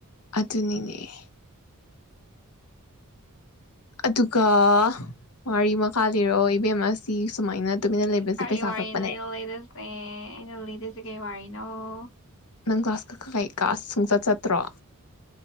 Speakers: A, on the left; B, on the left.
A: ꯑꯗꯨꯅꯤꯅꯦ ꯑꯗꯨꯒ ꯋꯥꯔꯤ ꯃꯈꯥ ꯂꯩꯔꯣ ꯏꯕꯦꯝ ꯁꯤ ꯁꯨꯃꯥꯏꯅ ꯇꯨꯃꯤꯟꯅ ꯂꯩꯕꯁꯦ
B: ꯀꯔꯤ
A: ꯄꯩꯁꯥ
B: ꯋꯥꯔꯤꯅꯣ
A: ꯀꯛꯄꯅꯦ
B: ꯑꯩꯅ ꯂꯩꯔꯁꯦ ꯑꯩꯅ ꯂꯩꯗꯁꯦ ꯀꯔꯤ ꯋꯥꯔꯤꯅꯣ ꯑꯣ
A: ꯅꯪ ꯀ꯭ꯂꯥꯁ ꯀꯛꯀꯥ <unintelligible> ꯀꯩ ꯀꯥꯁ ꯁꯨꯡꯆꯠ ꯆꯠꯇ꯭ꯔꯣ